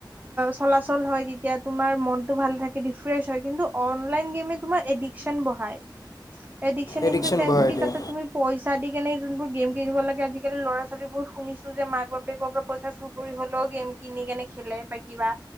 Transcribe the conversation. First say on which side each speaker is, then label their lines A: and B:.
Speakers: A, on the right (about 25°); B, on the left (about 50°).
A: চলাচল হয় তেতিয়া তোমাৰ মনতটো ভাল থাকে ৰিফ্ৰেছ হয় কিন্তু অনলাইন গেম তোমাৰ এদিকচন বঢ়ায়। এদিকচন
B: এডিকশ্যন
A: ইন দা সেঞ্চে
B: বঢ়াই
A: কি
B: দিয়ে
A: তাতে তুমি পইচা দি সে যোনবোৰ গেম খেলিব লাগে আজিকালি ল'ৰা ছোৱালীবোৰ শুনিছোঁ যে মাক বাপেকৰ পৰা পইচা চুৰ কৰি হলেও গেম কিনি কেনে খেলে বা কিবা